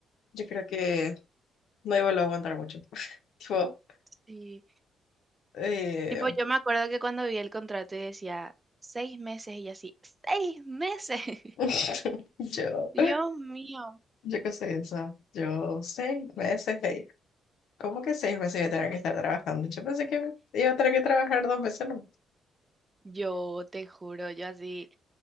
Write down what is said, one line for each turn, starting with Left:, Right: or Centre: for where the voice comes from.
Left: yo creo que no iba a aguantar mucho. <laughs> Tipo,
Right: Sí.
Left: eh,
Right: Tipo, yo me acuerdo que cuando vi el contrato y decía seis meses y yo así, seis meses. <laughs>
Left: <laughs> yo,
Right: Dios mío.
Left: yo qué sé, o sea, yo seis meses ahí. ¿Cómo que seis meses iba a tener que estar trabajando? Yo pensé que iba a tener que trabajar dos meses nomás.
Right: Yo te juro, yo así.